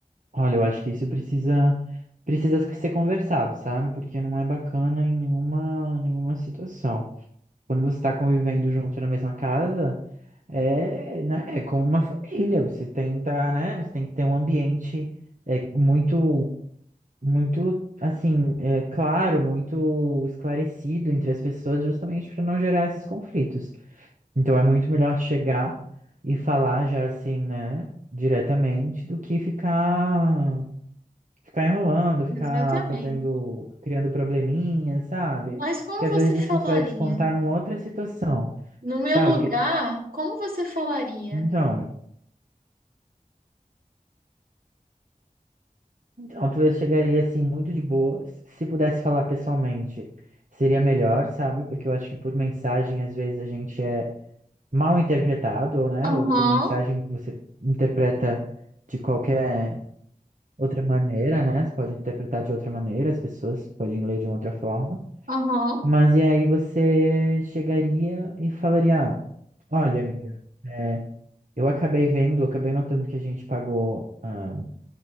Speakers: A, on the right; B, on the right.
A: Olha, eu acho que isso precisa precisa ser conversado, sabe? Porque não é bacana em nenhuma nenhuma situação. Quando você está convivendo junto na mesma casa, é, né, é como uma família. Você tenta, né? Você tem que ter um ambiente é, muito, muito, assim, é, claro, muito esclarecido entre as pessoas, justamente para não gerar esses conflitos. Então é muito melhor chegar e falar já assim, né? Diretamente do que ficar Ficar enrolando, ficar
B: Exatamente.
A: fazendo, criando probleminhas, sabe?
B: Mas como
A: Que às
B: você
A: vezes
B: falaria?
A: isso você vai descontar numa outra situação,
B: No meu
A: sabe?
B: lugar,
A: Porque-
B: como você falaria?
A: Então, então talvez chegaria assim muito de boa. Se pudesse falar pessoalmente, seria melhor, sabe? Porque eu acho que por mensagem às vezes a gente é mal interpretado, né?
B: Aham,
A: Ou por mensagem você interpreta de qualquer outra maneira, né? Você pode interpretar de outra maneira, as pessoas podem ler de uma outra forma.
B: aham.
A: Mas e aí você chegaria e falaria, ah, olha, amiga, é, eu acabei vendo, acabei notando que a gente pagou. ah,